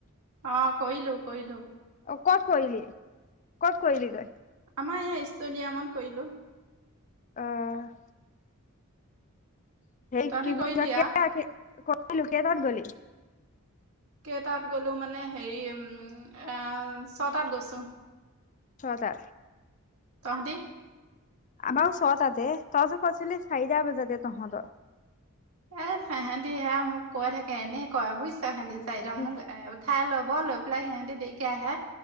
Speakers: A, on the right; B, on the left.
A: অ' কৰিলোঁ-কৰিলোঁ।
B: অ' ক'ত কৰিলি? ক'ত কৰিলি গৈ?
A: আমাৰ এই টেষ্টডিয়ামত কৰিলোঁ।
B: অ' <unintelligible> সেই
A: তহঁতি
B: কি বুলি
A: কৰিলি আও
B: কয় কেইটাত গ'লি?
A: কেইটাত গ'লো মানে হেৰি উম' এইয়া ছটাত গৈছোঁ।
B: ছয়টা
A: তহঁতি
B: আমাৰ ছয়টা তে, তই যে কৈছিলি চাৰিটা বজাতে তহঁতৰ।
A: এ সিহঁতে সেইয়া মোক কৈ থাকে, এনে কয় বুজিছোঁ সিহঁতে চাৰিটা
B: উম
A: মোক এ খায় ল'ব, লৈ পেলাই সিহঁতে দেৰিকৈ আহে।